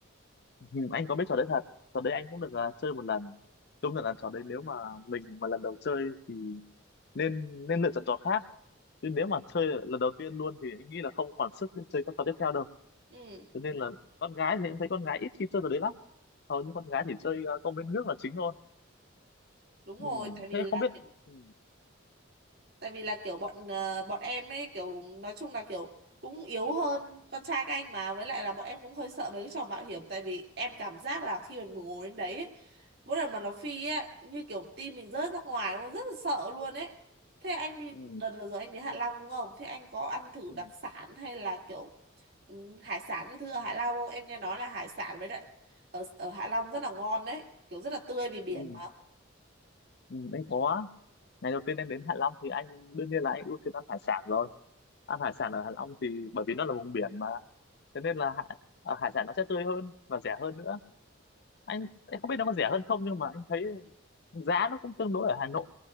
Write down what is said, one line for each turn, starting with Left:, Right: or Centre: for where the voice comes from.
Left: Ừ, anh có biết trò đấy thật trò đấy anh cũng được ờ, chơi một lần công nhận là trò đấy nếu mà mình mà lần đầu chơi thì nên nên lựa chọn trò khác chứ nếu mà chơi lần đầu tiên luôn thì anh nghĩ là không còn sức để chơi các trò tiếp theo đâu
Right: ừ
Left: cho nên là con gái thì em thấy con gái ít khi chơi trò đấy lắm hầu như con gái chỉ chơi ờ, công viên nước là chính thôi
Right: đúng rồi
Left: ừ.
Right: tại vì
Left: thế
Right: là
Left: không biết
Right: kiểu
Left: ừ.
Right: tại vì là kiểu bọn ờ, bọn em ấy kiểu nói chung là kiểu cũng yếu hơn con trai các anh mà với lại là bọn em cũng hơi sợ mấy cái trò mạo hiểm tại vì em cảm giác là khi mình ngồi đến đấy ấy, mỗi lần mà nó phi ấy như kiểu tim mình rớt ra ngoài nó rất là sợ luôn ấy thế anh đi
Left: Ừ.
Right: đợt vừa rồi anh đi Hạ Long đúng không thế anh có ăn thử
Left: Ừ.
Right: đặc sản hay là kiểu ừ, hải sản các thứ ở Hạ Long không em nghe nói là hải sản với lại ở ở Hạ Long rất là ngon đấy kiểu rất là tươi vì biển
Left: Ừ.
Right: mà
Left: Ừ. anh có ngày đầu tiên em đến Hạ Long thì anh đương nhiên là anh ưu tiên ăn hải sản rồi ăn hải sản ở Hạ Long thì bởi vì nó là vùng biển mà thế nên là hải, ờ, hải sản nó sẽ tươi hơn và rẻ hơn nữa anh anh không biết nó có rẻ hơn không nhưng mà anh thấy giá nó cũng tương đối ở Hà Nội